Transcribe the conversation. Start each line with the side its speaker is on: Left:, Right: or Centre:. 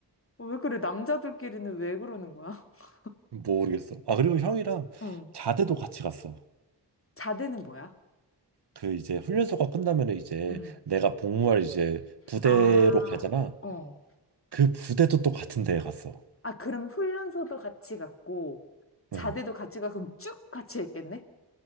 Left: 어, 왜 그래? 남자들끼리는 왜 그러는 거야? <laughs>
Right: 모르겠어 아 그리고 형이랑
Left: 응.
Right: 자대도 같이 갔어
Left: 자대는 뭐야?
Right: 그 이제 훈련소가 끝나면 이제
Left: 응.
Right: 내가 복무할 이제 부대로
Left: 아,
Right: 가잖아
Left: 어.
Right: 그 부대도 또 같은 데에 갔어
Left: 아, 그러면 훈련소도 같이 갔고, 자대도
Right: 응.
Left: 같이 가서 그럼 쭉 같이 했겠네?